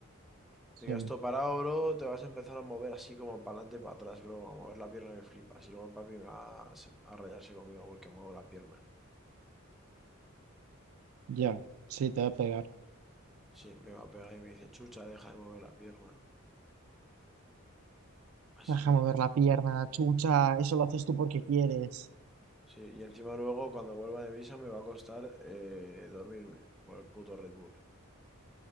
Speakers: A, on the right; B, in the centre.
A: sí,
B: Te quedas todo parado, bro, te vas a empezar a mover así como para adelante y para atrás, bro, a mover la pierna que flipas. Y luego el papi me va a, se- a rayarse conmigo porque muevo la pierna.
A: ya, sí, te va a pegar.
B: Sí, me va a pegar y me dice, chucha, deja de mover la pierna. Así
A: Deja
B: que
A: mover la pierna, chucha, eso lo haces tú porque quieres.
B: Sí, y encima luego cuando vuelva de misa me va a costar eh, dormirme por el puto Red Bull.